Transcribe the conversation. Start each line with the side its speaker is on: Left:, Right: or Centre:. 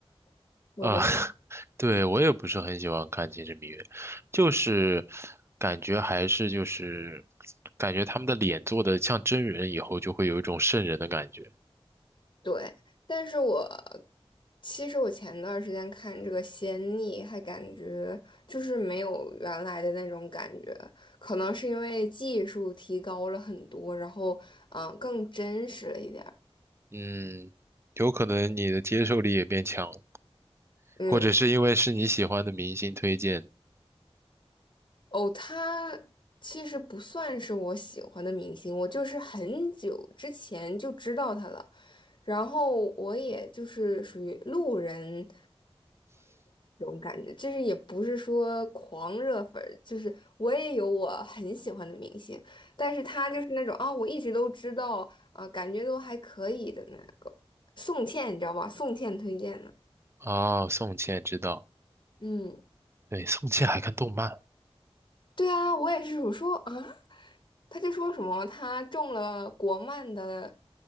Left: 不知道为啥。
Right: 啊，<laughs> 对，我也不是很喜欢看《秦时明月》，就是感觉还是就是感觉他们的脸做的像真人以后，就会有一种瘆人的感觉。
Left: 对，但是我其实我前段时间看这个《仙逆》，还感觉就是没有原来的那种感觉，可能是因为技术提高了很多，然后嗯、呃更真实了一点儿
Right: 嗯，有可能你的接受力也变强了
Left: 嗯，
Right: 或者是因为是你喜欢的明星推荐。
Left: 哦，他其实不算是我喜欢的明星，我就是很久之前就知道他了，然后我也就是属于路人。感觉，就是也不是说狂热粉儿，就是我也有我很喜欢的明星，但是他就是那种啊、我一直都知道啊、感觉都还可以的那个宋茜，你知道吧？宋茜推荐的，
Right: 哦，宋茜知道，
Left: 嗯。
Right: 对，宋茜还看动漫，
Left: 对啊，我也是，我说啊，他就说什么他中了国漫的